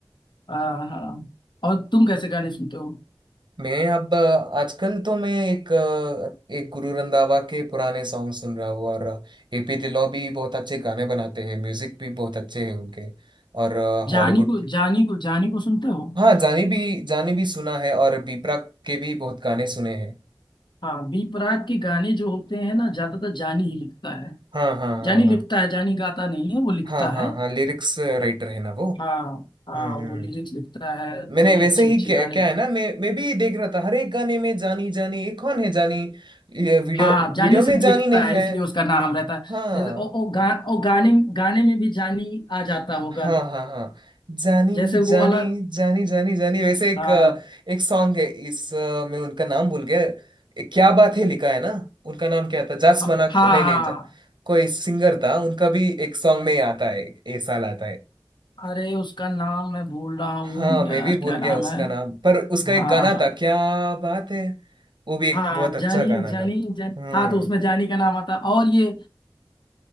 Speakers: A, on the left; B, on the right.
A: हाँ हाँ। और तुम कैसे गाने सुनते हो
B: मैं अब अ, आजकल तो मैं एक अ, एक गुरु रंधावा के पुराने सॉन्ग सुन रहा हूँ और एपी दिलो भी बहुत अच्छे गाने बनाते हैं म्यूजिक भी बहुत अच्छे हैं उनके और
A: जानी
B: हॉलीवुड
A: को जानी को जानी को सुनते हो
B: हाँ जानी भी जानी भी सुना है और बीपरा के भी बहुत गाने सुने हैं
A: हाँ बी प्राक के गाने जो होते हैं ना ज्यादातर जानी ही लिखता है
B: हाँ हाँ हाँ
A: जानी
B: हाँ
A: लिखता है जानी गाता नहीं है वो लिखता
B: हाँ हाँ
A: है
B: हाँ लिरिक्स राइटर है ना वो
A: हाँ हाँ
B: हम्म हम्म
A: वो
B: हम्म।
A: लिरिक्स लिखता है
B: मैंने
A: कई
B: वैसे
A: अच्छे
B: ही
A: अच्छे
B: क्या,
A: गाने
B: क्या है ना मैं मैं भी देख रहा था हर एक गाने में जानी जानी ये कौन है जानी ये वीडियो
A: हाँ जानी
B: वीडियो
A: सिर्फ
B: में जानी
A: लिखता
B: नहीं
A: है
B: है
A: इसलिए उसका नाम रहता है
B: हाँ
A: जैसे ओ ओ, गा, ओ गाने गाने में भी जानी आ जाता होगा
B: हाँ हाँ हाँ जानी
A: जैसे
B: जानी
A: वो वाला
B: जानी जानी जानी वैसे एक
A: हाँ
B: अ, एक सॉन्ग है इस अ, मैं उनका नाम भूल गया ए, क्या बात है लिखा है ना उनका नाम क्या था जास
A: हाँ
B: मना
A: हाँ
B: नहीं
A: हाँ।
B: नहीं जा, कोई सिंगर था उनका भी एक सॉन्ग में ही आता है ये साल आता है
A: अरे उसका नाम मैं भूल रहा हूँ
B: हाँ मैं
A: यार
B: भी भूल
A: क्या
B: गया
A: नाम
B: उसका
A: है
B: नाम पर उसका
A: हाँ
B: एक गाना
A: हाँ
B: था क्या बात है वो भी एक
A: हाँ
B: बहुत अच्छा
A: जानी
B: गाना
A: जानी
B: था
A: जान
B: हम्म
A: हाँ तो उसमें जानी का नाम आता और ये